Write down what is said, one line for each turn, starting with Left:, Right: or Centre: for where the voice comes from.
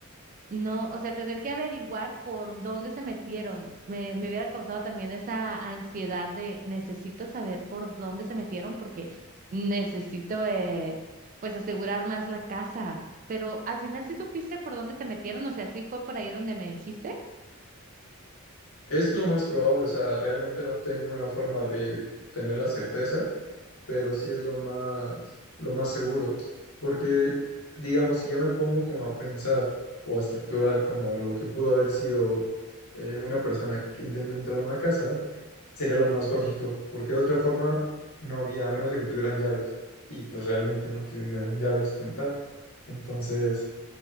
Right: no, o sea, tener que averiguar por dónde se metieron, me, me hubiera causado también esa ansiedad de necesito saber por dónde se metieron porque necesito, eh, pues, asegurar más la casa. Pero al final sí supiste por dónde se metieron, o sea, sí fue por ahí donde me dijiste.
Left: Es lo más probable, o sea, realmente no tengo una forma de tener la certeza, pero sí es lo más, lo más seguro, porque digamos, si ya me pongo como a pensar o a estructurar como lo que pudo haber sido eh, una persona que intenta entrar a una casa, sería lo más lógico, porque de otra forma no había, a menos de que tuvieran llaves, y pues realmente no tuvieran llaves como tal. Entonces,